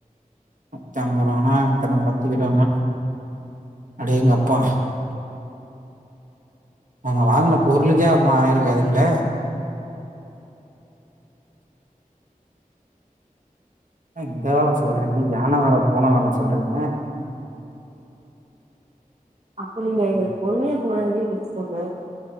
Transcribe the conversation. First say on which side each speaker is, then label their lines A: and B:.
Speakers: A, on the right (about 60°); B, on the right (about 45°).
A: நூத்தஐம்பது ரூபனா எத்தனை பத்து கிலோனா அடேங்கப்பா நாங்க வாங்குன பொருளுக்கே ஆமா ஆயிருக்காதுங்கலே இந்த வெல சொல்றீங்க யானை வெல பூன வெல சொல்றீங்க
B: அப்ப நீங்க எங்க
A: ம்,
B: பொறுமைய போனதும் பொறுத்துக்கோங்க